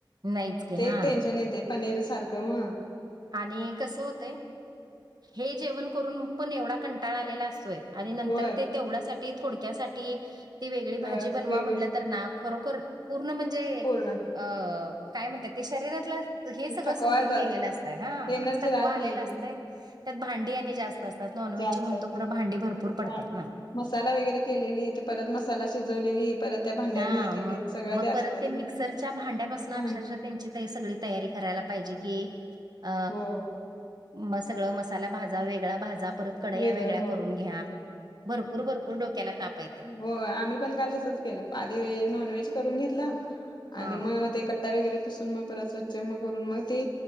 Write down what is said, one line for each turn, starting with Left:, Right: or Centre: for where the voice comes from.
Right: नाहीच की
Left: ते
Right: हा
Left: एक टेन्शन येते. पनीर सारख व-
Right: आणि कसं होते. हे जेवण करून पण एवढा कंटाळ आलेला असतोय, आणि नंतर
Left: होय
Right: ते- तेवढ्यासाठी थोडक्यासाठी, ती वेगळी भाजी
Left: अ
Right: बनवा
Left: वेगळी
Right: म्हटलं तर ना खरोखर- ''पूर्ण म्हणजे,
Left: पूर्ण
Right: अ काय म्हणतात, ते शरीरातला हे सगळं
Left: थकवा
Right: संपून
Left: जात
Right: गेलेलं असत. '' हां,
Left: एनर्जी
Right: थकवा
Left: राहत
Right: आलेला
Left: नाही
Right: असतय, त्यात भांडी आणि जास्त असते. त्यात नॉन व्हेजची
Left: जास्त
Right: म्हणतो,
Left: असतात
Right: खरं भांडी भरपूर पडतात
Left: भां-
Right: ना,
Left: मसाला वगैरे केलेली, मसाला शिजवलेली. परत त्या भांड्यात
Right: हां
Left: हे केले
Right: मग,
Left: सगळं
Right: मग
Left: असतच
Right: परत ते मिक्सरच्या
Left: ना
Right: भांड्यापासून 'अक्षरश'
Left: भांड
Right: त्यांची- ते सगळी तयारी करायला पाहिजे कि, अ
Left: हो
Right: मग सगळ मसाला भाज- जा वेगळा भाजा, परत कढया
Left: वेगळं
Right: वेगळ्या
Left: हो
Right: करून घ्या, भरपूर-भरपूर डोक्याला तापा हाय ते,
Left: हो, आम्ही पण घाल तसच- केलं, आधी व्हेज नॉन व्हेज करून घेतल, आणि
Right: हां
Left: मग ते कट्टा वगैरे- पुसून परत स्वच्छ करून मग ते